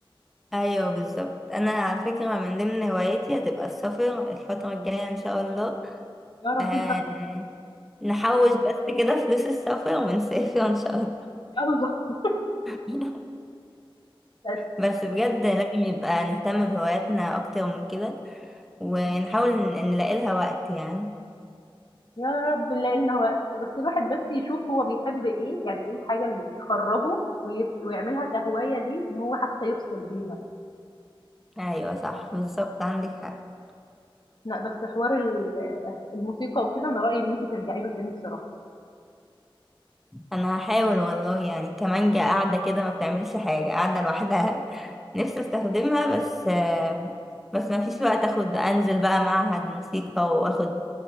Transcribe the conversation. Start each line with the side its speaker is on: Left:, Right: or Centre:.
Centre: ايوه بالظبط انا على فكره من ضمن هواياتي هتبقى السفر الفتره الجايه ان شاء الله
Left: يا رب
Centre: آه
Left: نسافر
Centre: نحوش بس كده فلوس السفر ونسافر ان شاء الله
Left: أوي بقى،
Centre: <laughs>
Left: لأ السفر
Centre: بس بجد لازم يبقى نهتم بهواياتنا اكتر من كده ونحاول
Left: جميل.
Centre: ن- نلاقي لها وقت يعني
Left: يا رب نلاقي لنا وقت بس الواحد بس يشوف هو بيحب ايه يعني ايه الحاجة اللي بتخرجه ويس- ويعملها كهواية ليه ان هو حتى يفصل بيها
Centre: ايوه صح بالظبط عندك حق
Left: لا بس حوار ال- الموسيقى وكده انا رأيي ان انت ترجعي له تاني بصراحة
Centre: انا هحاول والله يعني كمانجا قاعده كده ما بتعملش حاجه قاعده لوحدها <laughs> نفسي استخدمها بس آم، بس ما فيش وقت اخد انزل بقى معهد موسيقى واخد